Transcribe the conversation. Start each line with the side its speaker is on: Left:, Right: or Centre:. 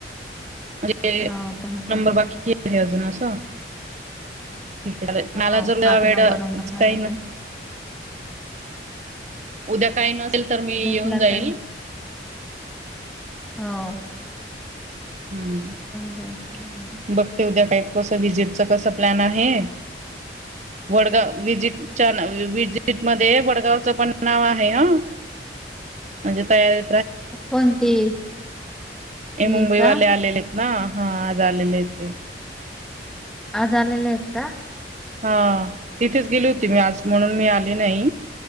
Right: म्ह
Centre: हो दहा तारखेला
Right: नंबर बाकीज <inaudible>
Centre: हो
Right: मॅलाजरला
Centre: पाच
Right: वेळाच
Centre: नंबर अंगणवाडी
Right: काही ना.
Centre: जाईल.
Right: उद्या काही नस तर मी येऊन
Centre: भेटला
Right: जाईल.
Centre: तरी हा.
Right: हम्म
Centre: जायचं
Right: बघते उद्या काय? कस विजिट च कस प्लॅन आहे वडगाव विजिटच्या विजिट मध्ये वडगावच पण नाव आहे ह म्हणजे तयारी
Centre: कोणती?
Right: हे
Centre: ही
Right: मुंबईवाले
Centre: का
Right: आलेले. ह हा. मजाले येते.
Centre: आज आलेले आहेत का?
Right: हा तिथेच गेली होती मी आज म्हणून मी आले नाही